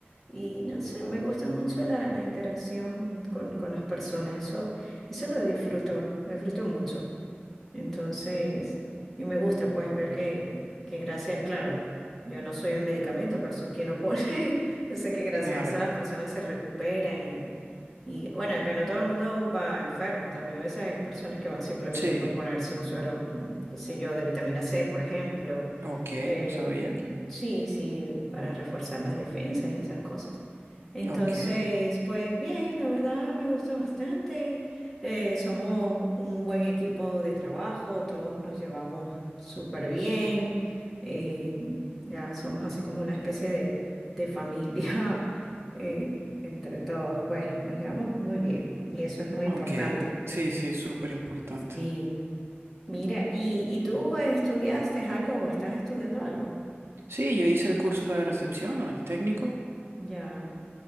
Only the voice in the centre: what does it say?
y no sé, me gusta mucho la, la interacción con, con las personas, eso, eso lo disfruto, lo disfruto mucho. Entonces, y me gusta pues ver que, que gracias, claro, yo no soy el medicamento, pero soy quien lo pone. <laughs> Yo sé que gracias
a eso las personas se recuperan y, y bueno, aunque no todo el mundo va enfermo, también a veces hay personas que van simplemente
por ponerse un suero, mm, qué sé yo, de vitamina C, por ejemplo.
Eh,
sí, sí, para reforzar las defensas y esas cosas. Entonces,
pues bien, la verdad me gusta bastante. Eh, somos un buen equipo de trabajo, todos nos llevamos súper bien, eh, ya somos así como una especie de, de familia <laughs> eh, entre todos, pues nos llevamos muy bien y eso es muy
importante.
Sí, mira, ¿y, y tú estudiaste algo o estás estudiando algo?
Ya,